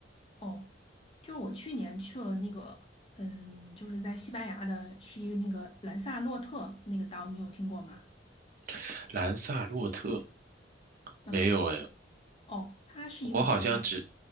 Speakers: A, on the left; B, on the right.
A: 哦，就是我去年去了那个，嗯，就是在西班牙的，是一个那个兰萨洛特那个岛，你有听过吗？
B: <laughs> 兰萨洛特
A: 嗯，
B: 没有诶，
A: 哦，它是一个小岛。
B: 我好像只